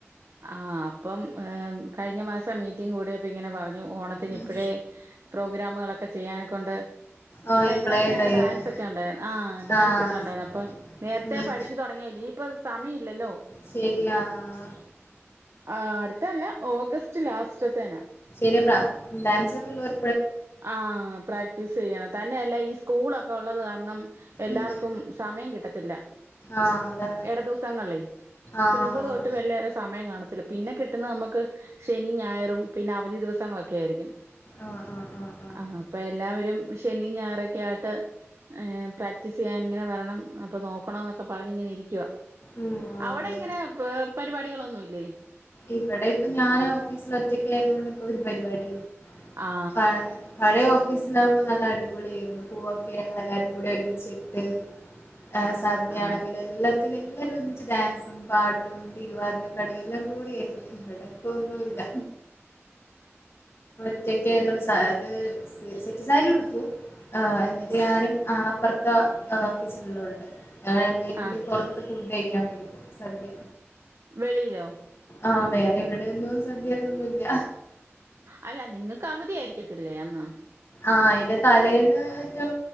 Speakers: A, on the right; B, on the left.
A: ആ അപ്പം കഴിഞ്ഞ മാസം മീറ്റിംഗ് കൂടിയപ്പയിങ്ങനെ പറ ഞ്ഞു ഓണത്തിനിപ്പഴേ
B: ഉം.
A: ഫ്രോ ഗ്രാമുകളൊക്കെ ചെയ്യാന കൊണ്ട്
B: ഓ
A: കഴിഞ്ഞ
B: ഇപ്പളേ
A: പ്രാവശ്യം
B: ഇതായില്ലേ
A: ഞങ്ങടെ ഡാൻസെക്കെ ഉണ്ടായിരു ആ ഡാൻസെക്കെ
B: ആഹ്
A: ഉണ്ടായിരുന്ന് അപ്പം നേരത്തെ
B: ഉം
A: പഠിച്ചു തുടങ്ങിയല്ല ഈപ്പ സമയയില്ലല്ലോ
B: ശരിയാ ആ
A: ആ അടുത്തല്ല ഓഗസ്റ്റ് ലാസ്റ്റത്തേനാ
B: <unintelligible> ഡാൻസൊക്കെയുള്ളോർ
A: ആ പ്രാക്ടീസ് ചെയ്യണം തന്നെയല്ല ഈ സ്കൂളൊക്കെ ഒള്ളത് കാരണം എല്ലാർക്കും
B: ഉം
A: സമയം കിട്ടത്തില്ല
B: ആഹ് അതാണ്
A: എട ദിവസങ്ങൾലേയ്
B: ആഹ്
A: തിങ്കുള് തൊട്ട് വെള്ളി വരെ സമയം കാണ ത്തില്ല. പിന്നെ കിട്ട്ന്ന് നമക്ക് ശനിം ഞായറും പിന്നെ അവധി ദിവസങ്ങളൊക്കെയായിരിക്കും
B: ആഹ് ആഹ് ആഹ് ആഹ്
A: അഹ അപ്പ എല്ലാവരും ശനി ഞായറൊക്കെ ആട്ട്, ഏഹ് പ്രാക്ടീസ് ചെയ്യാനിങ്ങനെ വരണം അപ്പ നോക്കണോന്നൊക്കെ പറഞ്ഞ് ഇങ്ങനെ ഇരിക്കുവ.
B: ഉം അതെ
A: അവടെ ഇങ്ങനെ പ് പരിപാടികളൊന്നു ഇല്ലേ?
B: ഇവടെയിപ്പ ഞാന് ഓഫീസിൽ ഒറ്റയ്ക്കായതുകൊണ്ട് ഇപ്പൊരു പരിപാടി
A: ആ
B: പ പഴേ ഓഫീസിലാ മ്പൊ നല്ല അടിപൊളിയായിരുന്നു. പൂവൊക്കെ ഞങ്ങളെല്ലാരും കൂടി ഒരുമിച്ചിട്ട്, ആ സദ്യയാണെങ്കില്
A: ആ
B: എല്ലാം, ത്തിന് എല്ലാരും ഒരുമിച്ച് ഡാൻസും പാട്ടും തിരുവാതിരകളിയും എല്ലാ കൂ <unintelligible> ഇവിടെപ്പൊ ഒന്നുല്ലാ. ഒറ്റക്കായതോണ്ട് സ അത് സ് സെറ്റ് സാരി ഉടുക്കും. ആ എന്നിട്ട് ഞാനും ആ പ്പർത്ത ആ ഓഫീസില്ള്ളോൾണ്ട്. ഞങ്ങ രണ്ടുപേരും
A: ആ
B: കൂടി പൊറത്ത് ഫുഡ് കയിക്കാൻ വേണ്ടി പോം സദ്യ
A: വെളിലോ
B: ആ വേറെ ഇവിടെയെന്നും സദ്യന്നൊന്നുവില്ല
A: അല്ല നിങ്ങക്ക് അവധി ആരിക്കത്തില്ലേ അന്ന്
B: ആഹ് അയിന്റെ തലേന്ന് മറ്റോ